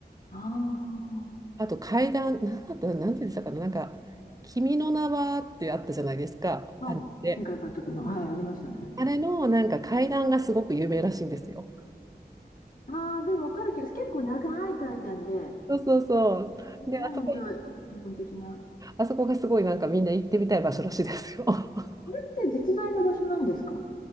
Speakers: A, on the left; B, on the right.
A: あ
B: あと階段なんだったなんて言ってたかななんか「君の名は」ってあったじゃないですかあメで
A: あ、あ、新海監督の、はい、ありましたね。
B: あれのなんか階段がすごく有名らしいんですよ。
A: ああ、でも分かる気がする。結構長い階段で、
B: そうそうそう。
A: これがね、
B: で、あそこ、
A: 本当日本的な。
B: あそこがすごいなんかみんな行ってみたい場所らしいですよ。<laughs>
A: これって実在の場所なんですか